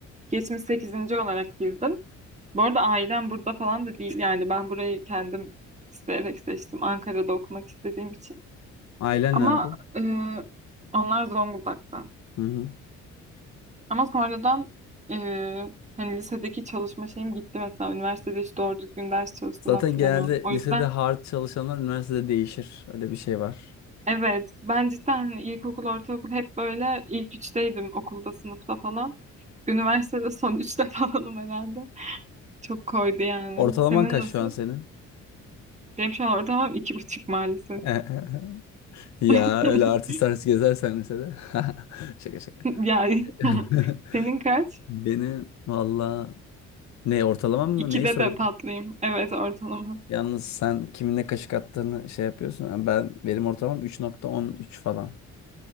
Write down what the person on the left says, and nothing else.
ailen
nerede?
Hı hı.
Zaten
genelde
lisede
hard çalışanlar üniversitede değişir. Öyle bir şey var.
Ortalaman
kaç
şu an senin?
<laughs> Ya
öyle artist artist gezersen lisede. <laughs> Şaka şaka.
<laughs>
Beni valla ne ortalamam mı
neyi soruyorum?
Yalnız sen kiminle kaşık attığını şey yapıyorsun. Yani Ben benim ortalamam 3.13 falan.